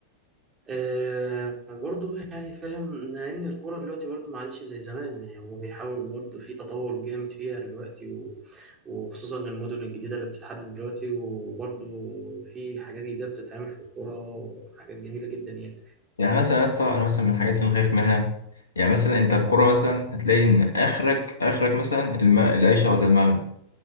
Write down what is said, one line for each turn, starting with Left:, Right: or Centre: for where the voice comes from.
Right: آه، برضه يعني فاهم إن الكورة دلوقتي برضه ما عادتش زي زمان يعني هما بيحاولوا برضه في تطور جامد فيها دلوقتي و... وخصوصا المدن الجديدة اللي بتتحدث دلوقتي وبرضه في حاجات جديدة بتتعمل في الكورة وحاجات جميلة جدا يعني
Left: يعني مثلا يا اسطى أنا مثلا من الحاجات اللي أنا خايف منها يعني مثلا أنت القرى مثلا هتلاقي إن آخرك آخرك مثلا الم... العيشة ولا المغرب